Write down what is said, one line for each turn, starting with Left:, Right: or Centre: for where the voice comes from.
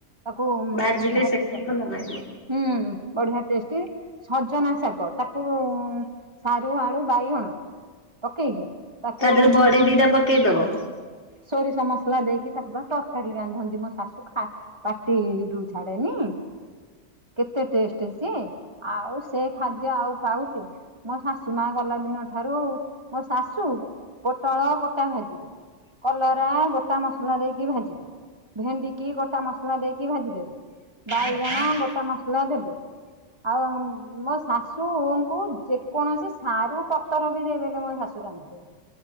Right: ତାକୁ
Left: ଭାଜିଲେ
Right: ଭାଜିର
Left: ସେକୁ ଭଲ ଲାଗିବ
Right: ହୁଁ ବଢିଆ ଟେଷ୍ଟି ସଜନା ଶାଗ ତାକୁ ସାରୁ ଆଳୁ ବାଇଗଣ। ପକେଇକି ତାକୁଁ
Left: ତା ଦେହରେ ବଢି ଦିଟା ପକେଇଦବ
Right: ସୋରିଷ ମସଲା ଦେଇକି ତାକୁ ତରକାରୀ ରାନ୍ଧନ୍ତି ମୋ ଶାଶୁା ପାଟିରୁୁ ଛାଡେନି। କେତେ ଟେଷ୍ଟ ସି ଆଉ ସେ ଖାଦ୍ୟ ଆଉ ପାଉଛୁ ମୋ ଶାଶୁ ମା ଗଲେ। ପ ଦିନ ଠାରୁ ମୋ ଶାଶୁ। ପୋଟଳ ଗୋଟା ଭାଜିବେ କଲରା ଗୋଟା ମସଲା ଦେଇକି ଭାଜିବେ। ଭେଣ୍ଡି କି ଗୋଟା ମସଲା ଦେଇକି ଭାଜି ଦେବେ, ବାଇ ଜଣ ଗୋଟା ମସଲା ଦେବେ । ଆଉ ମୋ ଶାଶୁଙ୍କୁ ଯେକୌଣସି ସାରୁ ପତର ବି ଦେଇଦେଲେ, ମୋ ଶାଶୁ। ରାନ୍ଧିଦେବେ।